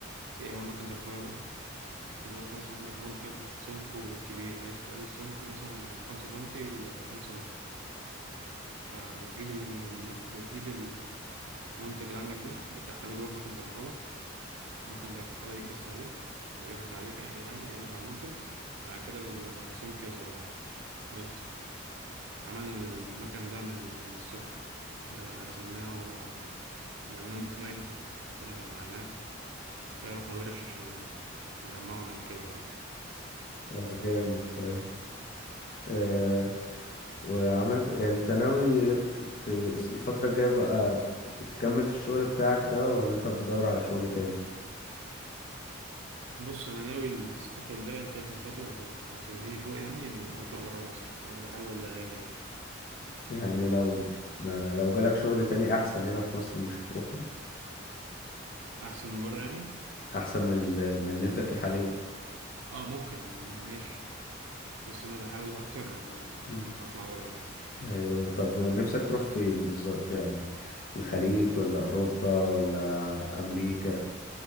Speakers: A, on the right (about 70°); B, on the left (about 45°).
A: ايه هو مكن درفلة ده؟ دلوقتي مثلا عندك منتج سمكه كبير عايز تقلل سمك مثلا من خمسة سنتي لاتنين سنتي فبتجيب المك... بتجيب المنتج اللي عندك ده بتدخله جوه مكن درفولة مكن درفولة يكبس عليه أو يضغط عليه كا- يعني يضغط على المنتج بعد كده السمك يظهر يعني بس عملنا المكن ده من الصفر ر- رسمناه وعملنا له ديزاين كده جمعناه كده رحنا ورش عشان نجمعه ونركبه يعني
B: آه، جامد فاهم آه، وعملت يعني انت ناوي ت- ت- الفترة الجاية بقى ت- تكمل في الشغل بتاعك ده ولا انت بتدور على شغل تاني
A: بص أنا ناوي الخطوة الجاية أنا شايف الخطوة هت- هتوديني فوق يعني إني أطلع برا مصر فأنا بحاول أهاجر يعني
B: يعني لو ما لو جالك شغل تاني احسن هنا في مصر مش هتروحه
A: أحسن من برا يعني
B: احسن من ال- من اللي انت فيه حاليا
A: اه ممكن ماشي بس انا بحاول اكتر
B: مم.
A: اطلع بره يعني
B: ايوه طب نفسك
A: بس
B: تروح فين بالظبط يعني الخليج ولا اوروبا ولا امريكا